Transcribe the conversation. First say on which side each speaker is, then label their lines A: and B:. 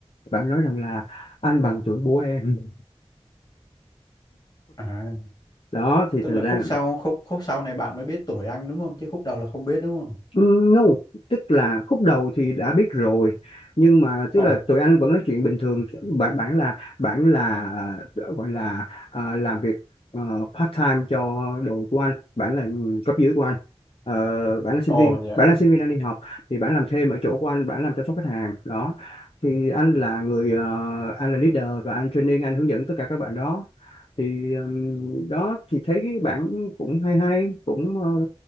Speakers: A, on the left; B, on the left.
A: bạn nói rằng là anh bằng tuổi bố em
B: à
A: đó thì
B: tức
A: thành
B: là
A: ra
B: khúc sau khúc khúc sau này bạn mới biết tuổi anh đúng không chứ khúc đầu là không biết đúng không
A: No, tức là khúc đầu thì đã biết rồi nhưng mà tức
B: ồ
A: là tụi anh vẫn nói chuyện bình thường bạn bạn là bạn là ờ, gọi là ờ, làm việc ờ, part time cho đội của anh bạn là cấp dưới của anh Ờ, bạn là sinh
B: ồ
A: viên
B: dạ
A: bạn là sinh viên đang đi học thì bạn làm thêm ở chỗ của anh bạn làm chăm sóc khách hàng đó thì anh là người ờ, anh là leader và anh training anh hướng dẫn tất cả các bạn đó thì ừm, đó thì thấy bạn cũng hay hay cũng ờ,